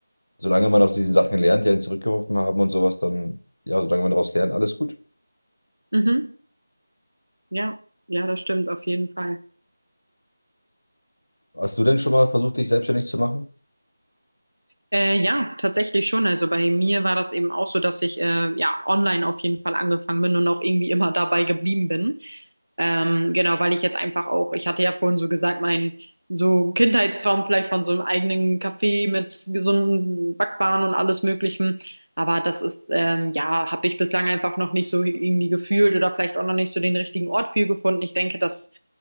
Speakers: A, on the left (about 85°); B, on the right (about 75°).
A: solange man aus diesen Sachen lernt, die einen zurückgeworfen haben und sowas, dann, ja, solange man daraus lernt, alles gut.
B: Mhm. Ja, ja, das stimmt auf jeden Fall.
A: Hast du denn schon mal versucht, dich selbstständig zu machen?
B: Äh, ja, tatsächlich schon. Also bei mir war das eben auch so, dass ich äh, ja online auf jeden Fall angefangen bin und auch irgendwie immer dabei geblieben bin. Ähm, genau, weil ich jetzt einfach auch, ich hatte ja vorhin so gesagt, mein so Kindheitstraum vielleicht von so einem eigenen Café mit gesunden Backwaren und alles Möglichen. Aber das ist, ähm, ja, habe ich bislang einfach noch nicht so irgendwie gefühlt oder vielleicht auch noch nicht so den richtigen Ort für gefunden. Ich denke, dass